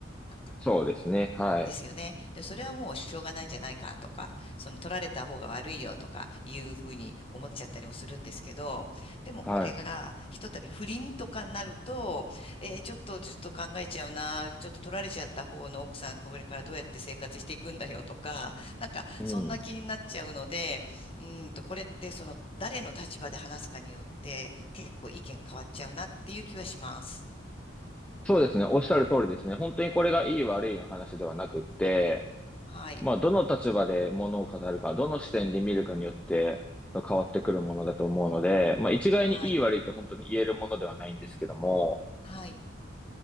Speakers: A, on the left; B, in the centre.
A: なんか
B: そうですね。はい。
A: ですよね。で、それはもうしょうがないんじゃないかとか、その取られた方が悪いよとかいうふうに思っちゃったりもするんですけど、でもこれがひとたび不倫とかになると、
B: は
A: えーちょっとちょっと考えちゃうな、ちょっと取られちゃった方の奥さん、これからどうやって生活していくんだよとか、なんかそんな気になっちゃうので、
B: い。うん。
A: うーんと、これってその誰の立場で話すかによって結構意見変わっちゃうなっていう気はします。
B: そうですね。おっしゃる通りですね。本当にこれがいい悪いの話ではなくって、
A: はい。
B: まあ、どの立場で物を語るか、どの視点で見るかによって、変わってくるものだと思うので、まあ、一概にいい悪いって本当に言えるものではないんですけども、
A: はい。はい。